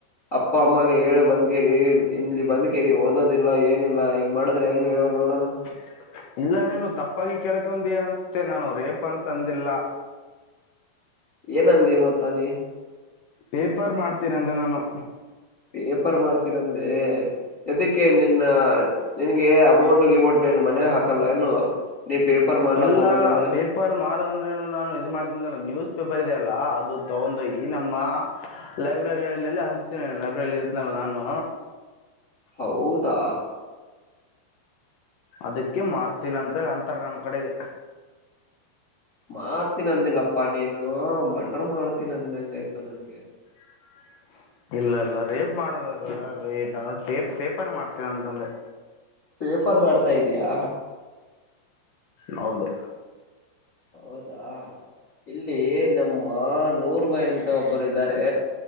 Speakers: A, on the left (about 25°); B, on the left (about 65°).
A: ಅಪ್ಪ ಅಮ್ಮಗೆ ಹೇಳಿ ಬಂದಕೇರಿ ಇಲ್ಲಿ ಬಂದ್ಕೇರಿ ಓದೋದಿಲ್ಲ ಏನಿಲ್ಲ. ಹಿಂಗ ಮಾಡಿದ್ರೆ ಹೆಂಗ ಹೇಳ ನೋಡೋಣ.
B: <inaudible> ಇಲ್ಲ ನೀನು ತಪ್ಪಾಗಿ ಕೇಳ್ಕೊಂಡಯ ಅನ್ಸ್ತೆ ನಾನು ರೇಪ ಅಂತ ಅಂದಿಲ್ಲ.
A: ಏನ ಅಂದಿ ಮತ್ತ ನೀ.
B: ಪೇಪರ್ ಮಾರತೇನಿ ಅಂದೆ ನಾನು.
A: ಪೇಪರ್ ಮಾರತಿನ ಅಂದೇ ಏದದಕ್ಕೆ ನಿನ್ನ ನಿನ್ಗೆ ಅಮೌಂಟ್ ಗಿಮೌಂಟ್ ಏನು ಮನ್ಯಾಗ ಹಾಕಲ್ಲ ಏನು ನೀ. ಪೇಪರ್ ಮಾಡ್ಲಾಕ್
B: ಇಲ್ಲ
A: ಹೋಗ್ಬೇಕಂದ್ರೆ
B: ಪೇಪರ್ ಮಾರದ ಅಂದ್ರೆನು ನಾನು ಇ ಮಾಡ್ತಿಂದಲ್ಲ ನ್ಯೂಸ್ ಪೇಪರ್ ಇದೆ. ಲಾ ಅದು ತಗೊಂಡೋಗ ಈ ನಮ್ಮ. ಲೈಬ್ರರಿಯಲ್ಲ ಎಲ್ಲ ಹಂಚತಿನಿ ಲೈಬ್ರರಿ ಅಲ್ಲಿ ಇರ್ತೀನಿ ಅಲ್ಲ ನಾನು.
A: ಹೌದಾ.
B: ಅದಕ್ಕೆ ಮಾರ್ತೀನ ಅಂತಳ ಅಂತಾರ ನಮ್ ಕಡೆಗೆ.
A: ಮಾಡ್ತೀನಿ ಅಂದಿಲ್ಲಪ್ಪಾ ನೀನು ಮರ್ಡರ್ ಮಾಡ್ತೀನ ಅಂದಗ ಆಯ್ತು ನನ್ಗೆ.
B: <unintelligible> ಇಲ್ಲ ಇಲ್ಲ ರೇಪ್ ಮಾಡುದ <unintelligible> ಅಲ್ಲರಿ ನಾವುಪೇ ಪೇಪರ್ ಮಾಡ್ತೀವ ಅಂತ ಅಂದೆ.
A: ಪೇಪರ್ ಮಾಡ್ತಾ ಇದಯಾ.
B: ಹೌದು.
A: ಹೌದಾ. ಇಲ್ಲಿ ನಮ್ಮ ನೂರ್ ಬಾಯ್ ಅಂತ ಒಬ್ಬರು ಇದ್ದಾರೆ.